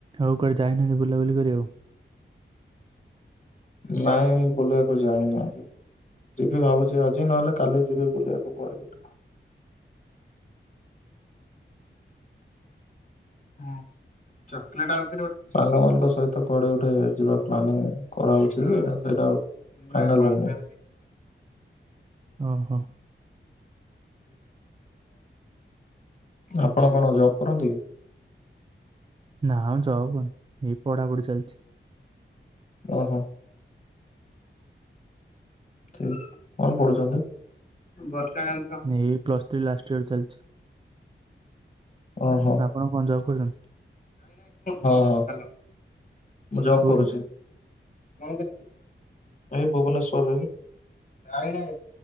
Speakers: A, on the right (about 25°); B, on the left (about 40°).
A: ଆଉ କୁଆଡେ ଯାଇନାହାନ୍ତି ବୁଲା ବୁଲି କରିବାକୁ?
B: ନାଇଁ ମୁଁ ବୁଲିବାକୁ ଯାଇନି ଆଜି। ଯିବି ଭାବୁଛି ଆଜି ନହଲେ କାଲି ଯିବି ବୁଲିବାକୁ କୁଆଡେ ଗୋଟେ। ହଁ ଚକଲେଟ ଆଣି ଥିଲି ଗୋ ସାଙ୍ଗମାନଙ୍କ ସହିତ କୁଆଡେ ଗୋଟେ ଯିବା ପ୍ଲାନିଂ କରାହଉଛି ଯେ ସେଇଟା। ଫାଇନାଲ୍ ହେଇନି।
A: ଓହୋ।
B: ଆପଣ କଣ ଜବ୍ କରନ୍ତି କି?
A: ନା ମ ଯବ୍ କରିନି ଏଇ ପଢାପଢି ଚାଲଛି।
B: ଓହୋ। ଠିକ୍ କଣ ପଢୁଛନ୍ତି? ଏ ବର୍ଷାକାନ୍ତ ର।
A: ଏଇ ପ୍ଲସ୍ ଥ୍ରୀ ଲାଷ୍ଟ ଇୟର ଚାଲଛି।
B: ଓହୋ।
A: ଆପଣ କଣ ଜବ୍ କରିଛନ୍ତି।
B: ହଁ ମୁଁ ଜବ୍
A: କୋଉଠି?
B: କରୁଚି। ଏଇ ଭୁବନେଶ୍ଵରରେ।